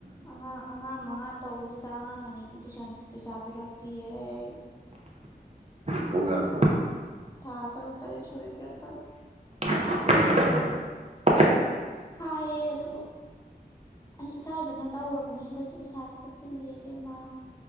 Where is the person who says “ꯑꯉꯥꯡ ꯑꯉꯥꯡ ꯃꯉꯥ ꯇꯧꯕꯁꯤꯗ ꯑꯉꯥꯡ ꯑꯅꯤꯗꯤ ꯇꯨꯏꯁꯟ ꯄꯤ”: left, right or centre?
Left